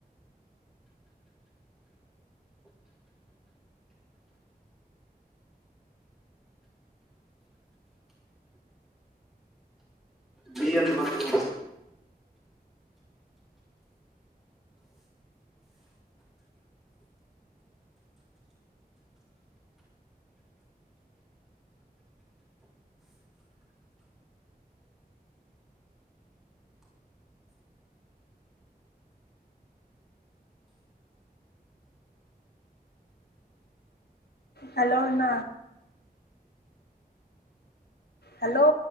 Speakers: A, in the centre; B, on the left.
A: ಡಿ ಅಂತ ಬಂದು
B: ಹಲೋ ಅಣ್ಣ ಹಲೋ